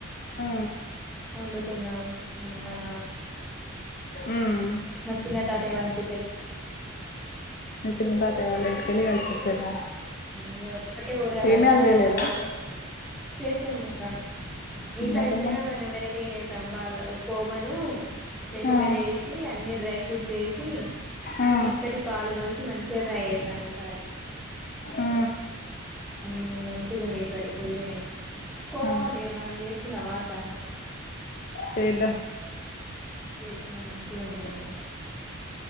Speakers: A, on the left (about 40°); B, in the centre.
A: ఆ
B: వండుకున్నం మన
A: ఉమ్
B: మ చిన్న తాతయ్య వాళ్ళింటి
A: మీ చిన్న తాతయ్య వాళ్ళింటికేల్లి కలిసి వచ్చారా
B: ఇక ఒకటే ఊరు కదా
A: సేమ్యాలు
B: ఉన్న ఊర్లో
A: చేయలేదా
B: పోపోతే చేసేమ్మక్క ఈసారి
A: ఎంతమంది
B: సేమ్య కొంచెం వెరైటీ గా చెస్ వాళ్ళ కోవను మిల్క్
A: ఆ
B: మేడ్ ఏసి అన్నీ డ్రై ఫ్రూట్స్ వేసి
A: ఆ
B: చిక్కటి పాలు పోసి మంచిగా ట్రై చేసాం ఈసారి
A: ఆ
B: ఉ మంచిగుంది ఈసారి కుదిరినాయి కోవ
A: అదే
B: ఉంది ఇడ మనం చేసుకుందామ అక్క
A: చేద్దాం
B: చేసుకుందాం మంచి ఉంటుంది